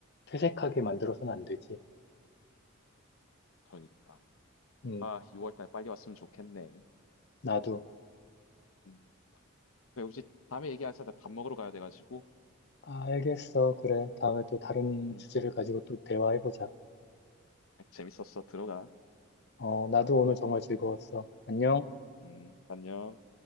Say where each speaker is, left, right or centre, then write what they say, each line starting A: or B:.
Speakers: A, on the left; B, on the left.
A: 퇴색하게 만들어서는 안 되지.
B: 그러니까.
A: 음,
B: 아, 2월 달 빨리 왔으면 좋겠네.
A: 나도.
B: 음. 그래, 우리 다음에 얘기하자. 나 밥 먹으러 가야 돼가지고.
A: 아, 알겠어. 그래. 다음에 또 다른
B: 음, 음,
A: 주제를 가지고
B: 그래.
A: 또 대화해보자.
B: 재밌었어. 들어가.
A: 어, 나도 오늘 정말 즐거웠어.
B: 음,
A: 안녕.
B: 음, 안녕.